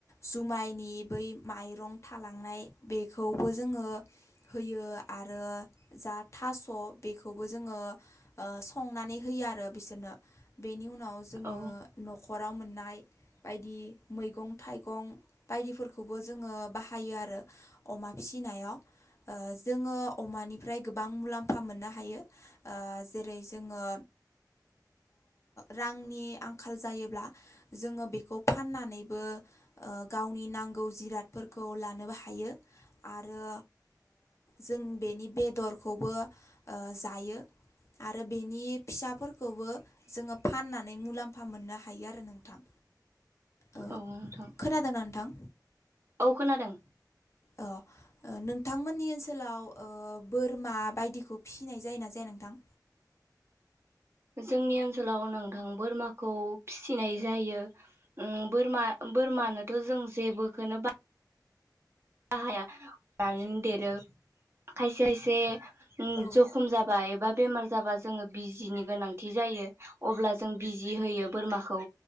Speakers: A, on the left; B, on the right.
A: जुमायनि बै माइरं थालांनाय बेखौबो जोङो होयो आरो जा थास' बेखौबो जोङो संनानै होयो आरो बिसोरनो। बेनि उनाव जोङो
B: औ
A: न'खराव मोननाय बायदि मैगं थाइगं बायदिफोरखौबो जोङो बाहायो आरो। अमा फिसिनायाव जोङो अमानिफ्राय गोबां मुलाम्फा मोननो हायो। जेरै जोङो रांनि आं खाल जायोब्ला जोङो बेखौ फाननानैबो गावनि नांगौ जिरादफोरखौ लानोबो हायो आरो जों बेनि बेदरखौबो जायो। आरो बेनि फिसाफोरखौबो जोङो फाननानै मुलाम्फ फा मोननो हायो आरो नोंथां। ओ
B: औ नोंथां
A: खोनादोंना नोंथां
B: औ खोनादों।
A: अ ओ नोंथांमोननि ओनसोलाव ओ बोरमा बायदिखौ फिसिनाय जायोना जाया नोंथां?
B: जोंनि ओनसोलाव नोंथां बोरमाखौ फिसिनाय जायो। उम बोरमा बोरमानोथ' जों जेबोखौनो बा बाहायानानै देरो खायसे खायसे
A: औ
B: जखम जा बाय बा एबा बेमार जाबा जोङो बिजिनि गोनांथि जायो अब्ला जों बिजि होयो बोरमाखौ।